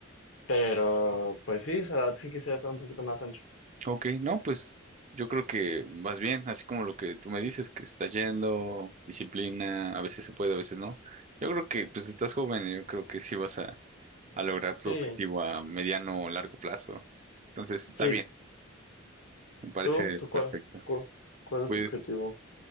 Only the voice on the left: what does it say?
pero pues sí, o sea, la verdad sí quisiera estar un poquito más ancho.
Sí,
sí,
¿Tú? ¿Tú cuál,
cuál cuál, es
tu objetivo?